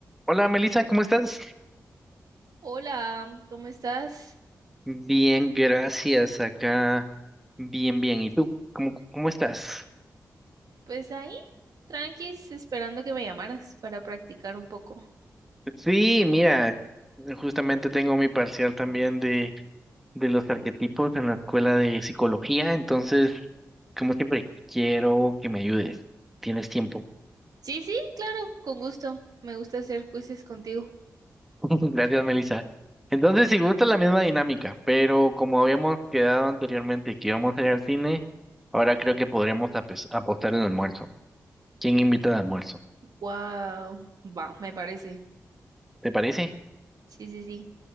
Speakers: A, in the centre; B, on the right.
A: Hola Melissa, ¿cómo estás?
B: Hola, ¿cómo estás?
A: Bien, gracias. Acá, bien, bien. ¿Y tú? ¿Cómo, cómo estás?
B: Pues ahí, tranquis, esperando que me llamaras para practicar un poco.
A: Sí, mira, justamente tengo mi parcial también de, de los arquetipos en la escuela de psicología, entonces, como siempre, quiero que me ayudes. Tienes tiempo.
B: Sí, sí, claro, con gusto. Me gusta hacer quizzes contigo.
A: <laughs> Gracias, Melissa. Entonces, si gusta la misma dinámica, pero como habíamos quedado anteriormente que íbamos a ir al cine, ahora creo que podríamos apes- apostar el almuerzo. ¿Quién invita al almuerzo?
B: Wow, va, me parece.
A: ¿Te parece?
B: Sí, sí, sí.